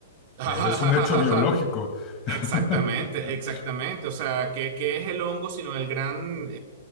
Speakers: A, on the right (about 50°); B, on the left (about 30°).
A: <laughs>
B: Es un hecho biológico. <laughs>
A: Exactamente, exactamente. O sea, ¿qué, qué es el hongo sino el gran, eh,